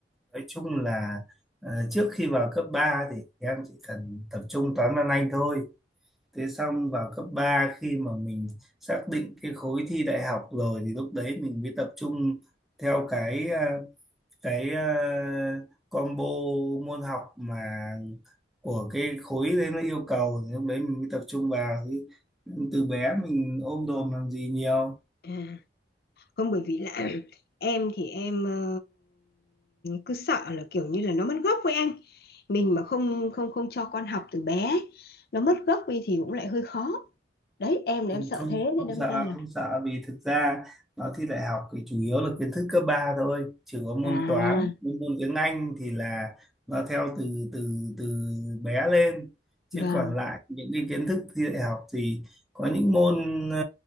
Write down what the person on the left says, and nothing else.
À, không bởi vì là <clears throat> em thì em ờ, cứ sợ là kiểu như là nó mất gốc với anh mình mà không không không cho con học từ bé nó mất gốc đi thì cũng lại hơi khó đấy em là
em sợ
thế
thì đâm
ra là
à
vâng